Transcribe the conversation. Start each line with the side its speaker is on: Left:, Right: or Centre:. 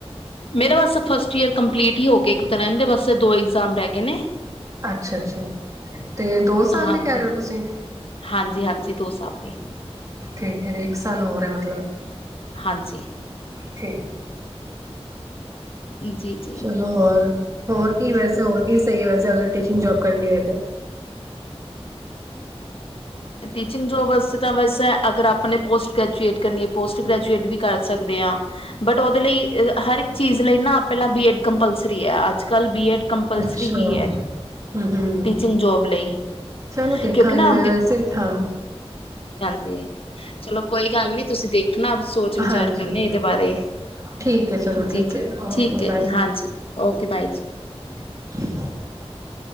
Left: ਮੇਰਾ ਵਸ ਫਸਟ ਈਅਰ ਕੰਪਲੀਟ ਹੀ ਹੋ ਗੇ ਇੱਕ ਤਰਦੇ ਵਸ ਦੋ ਇਗਜ਼ਾਮ ਰਹਿ ਗ ਨੇ
Right: ਅੱਛਾ ਅੱਛਾ ਤੇ ਦੋ ਸਾਲ
Left: ਹਾਂਜੀ
Right: ਦੀ ਕਹਿ ਰਹੇ ਹੋ ਤੁਸੀਂ
Left: ਹਾਂਜੀ ਹਾਂਜੀ ਦੋ ਸਾਲ ਦੀ
Right: ਠੀਕ ਹੈ ਜੀ ਇੱਕ ਸਾਲ ਹੋਰ ਐ ਮਤਲਬ
Left: ਹਾਂਜੀ
Right: ਠੀਕ
Left: ਜੀ ਜੀ
Right: ਚਲੋ ਹੋਰ ਹੋਰ ਕੀ ਵੈਸੇ ਹੋਰ ਕੀ ਸਹੀ ਵੈਸੇ ਅਗਰ ਟੀਚਿੰਗ ਜੌਬ ਕਰਨੀ ਹੈ ਤੇ
Left: ਟੀਚਿੰਗ ਜੋਬ ਵਾਸਤੇ ਤਾਂ ਵੈਸ ਅਗਰ ਆਪਣੇ ਪੋਸਟ ਗ੍ਰੈਜੂਏਟ ਕਰਨੀ ਪੋਸਟ ਗ੍ਰੈਜੂਏਟ ਵੀ ਕਰ ਸਕਦੇ ਹਾਂ ਬਟ ਉਹਦੇ ਲਈ ਹਰ ਇੱਕ ਚੀਜ਼ ਲਈ ਨਾ ਪਹਿਲਾਂ ਬੀਐਡ ਕੰਪਲਸਰੀ ਹੈ ਅੱਜ ਕੱਲ੍ਹ ਬੀਐਡ ਕੰਪਲਸਰੀ
Right: ਅੱਛਾ
Left: ਹੀ ਹੈ
Right: ਹੂੰ ਹੂੰ
Left: ਟੀਚਿੰਗ ਜੋਬ ਲਈ
Right: ਚਲੋ ਦੇਖਾਂਗੀ
Left: ਕਿਉਂਕਿ ਨਾ
Right: ਮੈਂ ਵੈਸੇ ਹਾਂ
Left: ਜੀ ਚਲੋ ਕੋਈ ਗੱਲ ਨੀ ਤੁਸੀਂ ਦੇਖ ਆਪਣਾ ਸੋਚ ਵਿਚਾਰ
Right: ਹਾਂਜੀ
Left: ਕਰਨੇ ਇਹਦੇ ਬਾਰੇ
Right: ਠੀਕ ਹੈ ਚਲੋ
Left: ਜੀ
Right: ਠੀਕ
Left: ਜੀ
Right: ਹੈ
Left: ਠੀਕ
Right: ਓਕੇ
Left: ਹੈ
Right: ਬਾਏ
Left: ਜੀ ਹਾਂਜੀ ਓਕੇ ਬਾਈ ਜੀ
Right: ਹਮ